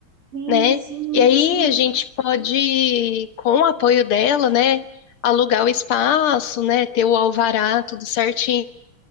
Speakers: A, on the right; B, on the left.
A: Sim,
B: né?
A: sim,
B: E aí
A: sim.
B: a gente pode, com o apoio dela, né, alugar o espaço, né, ter o alvará tudo certinho